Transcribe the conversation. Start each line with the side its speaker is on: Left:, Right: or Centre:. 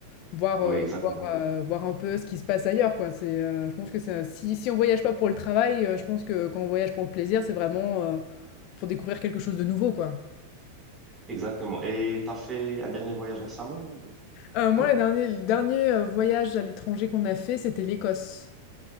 Left: voir,
Right: Oui,
Left: euh,
Right: exactement.
Left: voir, euh, voir un peu ce qui se passe ailleurs, quoi. C'est, euh, je pense que ça, si, si on voyage pas pour le travail, euh, je pense que quand on voyage pour le plaisir, c'est vraiment euh, pour découvrir quelque chose de nouveau, quoi.
Right: Exactement. Et tu as fait un dernier voyage récemment ou
Left: Euh,
Right: ou pas?
Left: moi, le dernier, le dernier euh, voyage à l'étranger qu'on a fait, c'était l'Écosse.